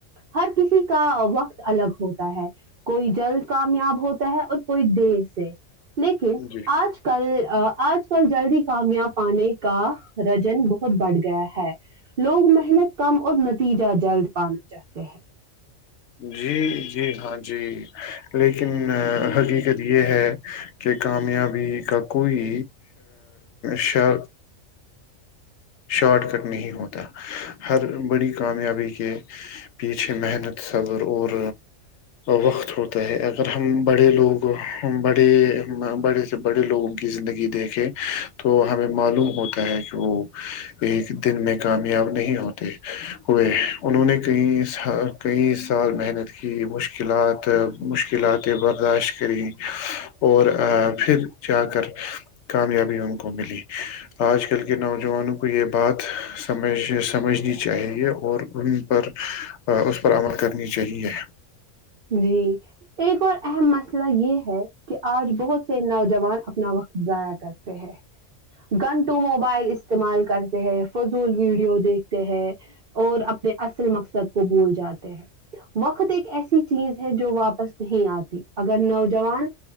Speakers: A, on the right; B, on the left.
A: ہر کسی کا وقت الگ ہوتا ہے کوئی جلد کامیاب ہوتا ہے اور کوئی دیر سے لیکن
B: جی
A: آج کل آج کل جلدی کامیاب پانے کا رجن بہت بڑھ گیا ہے لوگ محنت کم اور نتیجہ جلد پانا چاہتے ہیں
B: جی جی ہاں جی لیکن حقیقت یہ ہے کہ کامیابی کا کوئی شا شارٹ کٹ نہیں ہوتا ہر بڑی کامیابی کے پیچھے محنت صبر اور وقت ہوتا ہے اگر ہم بڑے لوگ بڑے بڑے سے بڑے لوگوں کی زندگی دیکھیں تو ہمیں معلوم ہوتا ہے کہ وہ ایک دن میں کامیاب نہیں ہوتے ہوئے انہوں نے کئی کئی سال محنت کی مشکلات مشکلاتیں برداشت کری اور پھر جا کر کامیابی ان کو ملی آج کل کے نو نوجوانوں کو یہ بات سمج سمجھنی چاہیے اور ان پر اس پر عمل کرنی چاہیے
A: جی ایک اور اہم مسئلہ یہ ہے کہ آج بہت سے نوجوان اپنا وقت ضائع کرتے ہیں گن ٹو موبائل استعمال کرتے ہیں فضول ویڈیو دیکھتے ہے اور اپنے اصل مقصد کو بھول جاتے ہے وقتت ایک ایسی چیز ہے جو واپس نہیں آتی اگر نوجوان